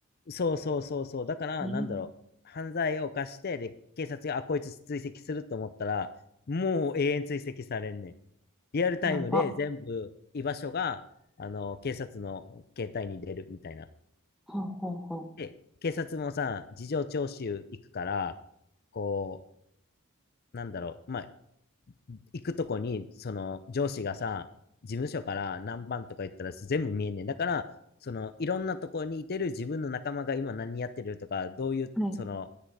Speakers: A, on the left (about 45°); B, in the centre.
A: そうそうそうそう。だから、
B: ええ
A: なんだろう。犯罪を犯して、で、警察が、あ、こいつ追跡すると思ったら、もう永遠追跡されんねん。リアルタイムで全部居場所が、
B: やば。
A: あの、警察の携帯に出るみたいな。
B: ほうほうほ
A: で、警察もさ、事情聴取行くから、こう、なんだろう。まあ、行くとこに、その上司がさ、事務所から何番とか言ったら全部見えんねん。だから、そのいろんなとこにいてる自分の仲間が今何やってるとか、どういう、
B: う。はい、
A: その、